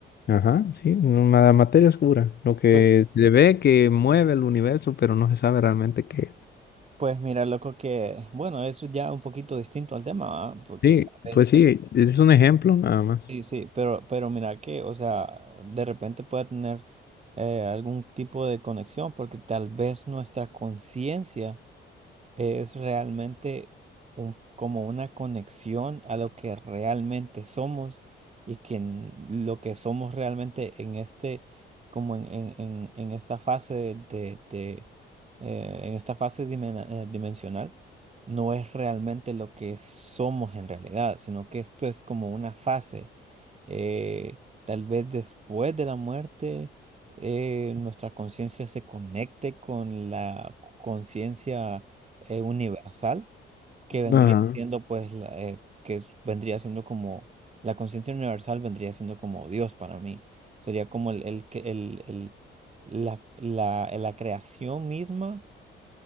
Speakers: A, on the left; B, on the right.
A: Ajá, sí, una materia oscura, lo que
B: Pues,
A: se ve que mueve el universo, pero no se sabe realmente qué es.
B: pues mira, loco, que bueno, eso ya un poquito distinto al tema, ¿va? Porque
A: Sí,
B: tal vez,
A: pues sí, es un ejemplo nada más.
B: sí, sí, pero, pero mira que, o sea, de repente puede tener eh, algún tipo de conexión, porque tal vez nuestra conciencia. es realmente un- como una conexión a lo que realmente somos y que n- lo que somos realmente en este, como en, en- en- en esta fase de, de- de, eh, en esta fase dimena- eh, dimensional, no es realmente lo que somos en realidad, sino que esto es como una fase eh, tal vez después de la muerte, eh, nuestra conciencia se conecte con la conciencia eh, universal, que vendría
A: Ah,
B: siendo pues, la- eh, que es- vendría siendo como, la conciencia universal vendría siendo como Dios para mí. Sería como el, el, que- el, el- la, la, la creación misma,